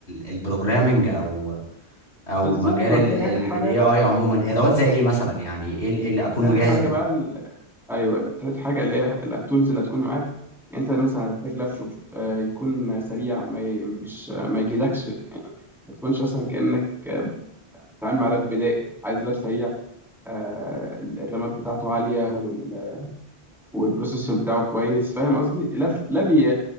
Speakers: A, on the left; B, in the centre.
A: البروجرامنج او او
B: بالظبط
A: مجال
B: انا قلت لك اخر حاجة
A: الاي اي عموما ادوات زي ايه مثلا يعني ايه ال- إيه اللي اكون
B: تالت
A: مجهز
B: حاجة
A: ليه
B: بقى ال... أيوه تالت حاجة اللي هي ال- التولز اللي هتكون معاك يعني أنت مثلا هتحتاج لابتوب آه، يكون سريع ما ي... مش ما يجيدكش يعني ما تكونش أصلا كأنك آه، بتتعامل مع لاب بدائي عايز لاب سريع آه، ال- الرامات بتاعته عالية وال... والبروسيسور بتاعه كويس فاهم قصدي؟ لاب لاب ي...